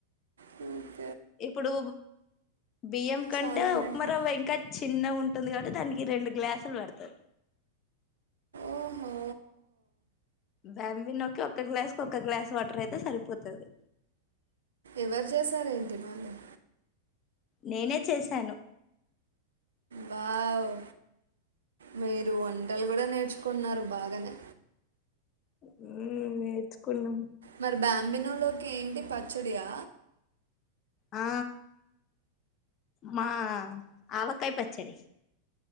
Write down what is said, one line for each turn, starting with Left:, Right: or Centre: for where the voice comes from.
Right: హ <inaudible>
Left: ఇప్పుడు బియ్యం కంటే
Right: చాలా బాగుంది
Left: ఉప్మా రవ్వ ఇంక చిన్న ఉం ఉంటుంది కాబట్టి దానికి రెండు గ్లాసులు పడతది
Right: ఓహో
Left: బ్యాంబినోకి ఒక్క గ్లాస్ కు ఒక్క గ్లాస్ వాటర్ అయితే సరిపోతది
Right: ఎవరు చేశారేంటి మళ్ళీ
Left: నేనే చేశాను.
Right: వావ్ మీరు వంటలు కుడ నేర్చుకున్నారు బాగానే
Left: హ్మ్ నేర్చుకున్నం
Right: మరి బ్యాంబినో లోకి ఏంటి పచ్చడియా
Left: ఆ మా ఆవకాయ పచ్చడి